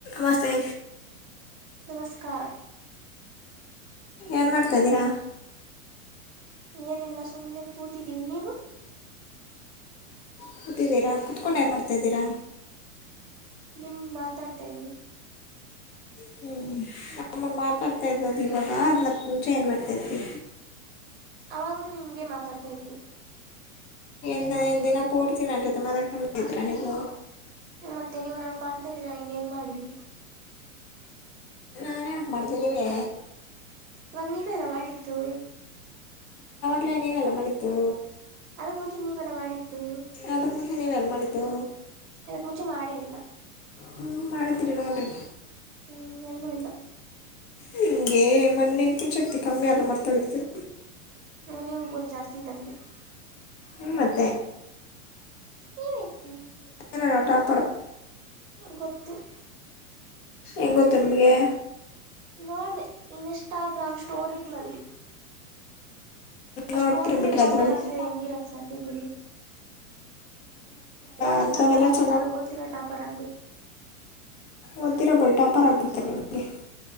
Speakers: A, on the left (about 45°); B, on the right (about 70°).
A: ಮಸ್ೆ
B: ನಮಸ್ಕಾರ
A: ಏನ್ ಮಾಡ್ತಾಿದ್ದೀರಾ
B: ಏನಿಲ್ಲ ಸುಮ್ನೆ ಕೂತಿದ್ದೀವಿ ನೀವು
A: ಕತಿದ್ದೀರಾ ಕುತ್ಕೊಂಡು ಏನ್ ಮಾಡ್ತಾಿದ್ದೀರಾ
B: ನಿಮಗೆ ಮಾತಾಡ್ತಾ ಇದ್ದೀನಿ
A: ಹ್ಮ್ ನಮ್ಮನ್ ಮಾತಾಡ್ತಾ ಇದ್ದು ಇವಾಗ ಅದ್ಲಕ್ ಮುಂಚೆ ಏನ್ ಮಾಡ್ತೈತ್ವಿ
B: ಅವಾಗೂ ನಿಮಗೆ ಮಾತಾಡ್ತಾ ಇದ್ವಿ
A: ನ್ನ್ ದಿನ ಪೂರ್ತೀನ ಅಂಟೊತೆ ಮಾತಾಡ್ಕೊಂಡ್ ಇದ ನೀವು
B: ಮತ್ತೆ ನೀವ್ ನನ್ಗೆ ಮಾಡ್ತಾ ಇದರಾ ಇನ್ೇನ್ ಮಾಡ್ಲಿ
A: ನ ಹೇಳಕ್ ಮಾಡತೀಿ ನೀವ
B: ಇವಾಗ ನೀವೆಲ್ಲ ಮಾಡಿದ್ದು
A: ಇಲ ನೀ ಎಲ್ಲ ಮಣಿತ್ತುು
B: ಅದಕ್ಕ ಮುಂಚೆ ನೀವೆಲ್ಲ ಮಾಡಿದ್ದು
A: ಅದಕ್ಕೆ ಮುಂಚೆ ನೀವೆಲ್ಲ ಮಾಡಿದ್ದು
B: ಇದಕ್ ಮುಂಚೆ ಮಾಡೇ ಇಲ್ಲ
A: ಹ್ಮ ಮಾಡಿದರಿ ನೋಡ್ರಿ
B: ಹ್ಮ್ ನ್ನು ಇಲ್ಲ
A: ಹಿಂಗೆ ಮನೆೆನ್ಪನ್ ಶಕ್ತಿ ಕಮ್ಮಿ ಎಲ್ಲ ಮರ್ತ ಇರ್ತರ
B: ನಿಯಮಗಲ್ ಜಾಸ್ತಿ ಇದ ತಂಗೆ
A: ಹ ಮತ್ತ
B: ಈಏಕ್ಕೆ
A: ನ ಟಾಪರ್
B: ಗೊತ್ತು
A: ಎಂಗೊ ತರುಮಿಗೆ
B: ನೋಡ್ರೆ ಇನ್ಸ್ಟಾಗ್ರಾಮ್ ಸ್ಟೋರಿಗಳಲ್ಲಿ ಅಷ್ಟ್
A: ನೋಡ್ತೀರಿ
B: ಹೋದ್ರೆ
A: ಬಿಡ್ರಿ
B: ಟಾಪರ್
A: ಅದರಲ್ಲಿ
B: ಆಗದ್ರೆ ಹೆಂಗಿರಕ್ ಸಾಥ ಬಿಡ್ರಿ ಓದಿ
A: ಅಂತಲ್ಲ
B: ಟಾಪರ್ ಆಗೋದಲ್ಲ
A: ಚ
B: ಓದ್ದಿರೋ ಟಾಪರ್ ಆಗಬೇಕು
A: ಓದ್ದಿರ ಬಟ ಪರ ಆಗ್ ಬಿಡ್ತೆ ನಿಮಗೆ